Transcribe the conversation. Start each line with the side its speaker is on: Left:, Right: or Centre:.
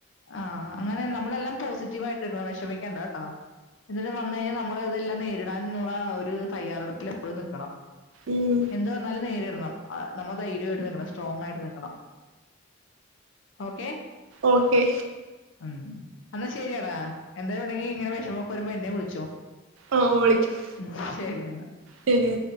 Left: ആഹ അങ്ങനെ നമ്മളെല്ലാം പോസിറ്റീവ് ആയിട്ടിടണം വിഷമിക്കേണ്ടട്ടോ. ഇതിന് വന്ന് കഴിഞ്ഞാൽ നമ്മള് ഇതെല്ലാം നേരിടാനുള്ള ഒരു തയ്യാറെടുപ്പിൽ എപ്പോഴും നിക്കണം.
Right: ഉം
Left: എന്തു വന്നാലും നേരിടണം. നമ്മൾ ധൈര്യായിട്ട് നിക്കണം സ്ട്രോങ് ആയിട്ട് നിക്കണം ഓക്കെ.
Right: ഓക്കെ
Left: ഉം എന്നാൽ ശരിയെടാ എന്തേലു ണ്ടെങ്കി ഇങ്ങനെ വിഷമൊക്കെ വരുമ്പോ എന്നെ വിളിച്ചോ.
Right: ഓ വിളിക്കാം
Left: ഉ ശെരിയന്നാ.
Right: ശരി